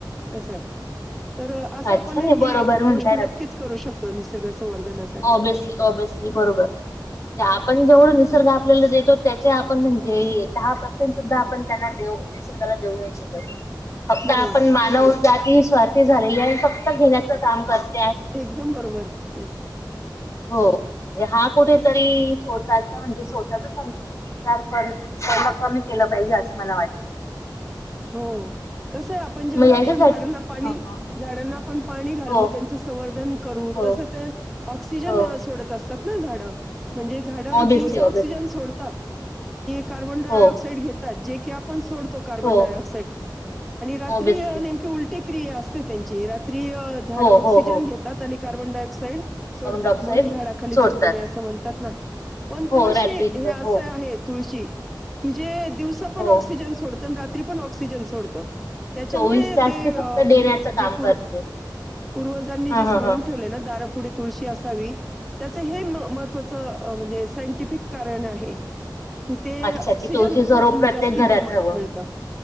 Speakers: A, in the centre; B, on the left (about 40°).
A: असं तर असा
B: अच्छा
A: पण ही
B: नाही बरोबर म्हणताय
A: गोष्ट नक्कीच करू शकतो निसर्गाचं वर्धन अस.
B: ऑब्ियसली ऑब्ियसली बरोबर आपण जेवढ निसर्ग आपल्याला देतो. आपण म्हणजे दहा पर्सेंट सुद्धा आपण त्यांना दे निसर्गाला देऊ नाही शकत. फक्त
A: बरोबर
B: आपण मानव जात ही स्वार्थी झालेली आहे फक्त घेण्याच काम करतो.
A: एकदम बरोबर! यस
B: हो हा कुठेतरी स्वतःचा म्हणजे स्वतःचा संकुचित विचार प कमी केला पाहिजे असं मला वाटतं
A: हो कसं आहे आपण जेवढं
B: मग
A: आपण
B: याच्यासाठी
A: झाडांना पाणी
B: ह
A: झाडांना आपण पाणी घालू
B: हो
A: त्यांच संवर्धन करू
B: हो
A: तसं ते ऑक्सिजन
B: हो
A: सोडत असत झाड म्हणज झा
B: ऑब्विसली
A: दिव सज.
B: ऑब्विसली
A: कार्बन डायऑक्साइड
B: हो
A: घेतात जे क आपणोडतो कार्बनडायऑक्स.
B: हो
A: ड रात
B: ऑब्विसली
A: नेम उ क असते त्यां र. झाडा
B: हो
A: ऑक्सिजन
B: हो हो
A: घेतात आणि कार्बन डायऑक्साइड.
B: कार्बन
A: सोडतात
B: डायऑक्साइड
A: म्हणून झाडाखाली
B: सोडतात
A: झोपू नये असं म्हणतात ना पण
B: हो
A: तुळशी
B: रात्रीच
A: हे असं
B: हो
A: आहे तुळशी की जे दिवसा पण
B: हो
A: ऑक्सिजन सोडतं आणि रात्री पण ऑक्सिजन सोडतं. त्याच्यामुळे
B: चोवीस तास
A: ते म्हणजे
B: फक्त देण्याचं काम
A: जे पूर.
B: करते
A: पूर्वजांनी
B: हा
A: जे सांगून
B: हा हा
A: ठेवलंय ना दारापुढे तुळशी असावी. त्याचं हे महत्त्वाचं म्हणजे सायंटिफिक कारण आहे. कि ते
B: अच्छा
A: ऑक्सिजन
B: कि तुळशीचं
A: खूप
B: रोप प्रत्येक
A: जास्ती
B: घरात
A: प्रमाणात
B: हवं
A: मिळत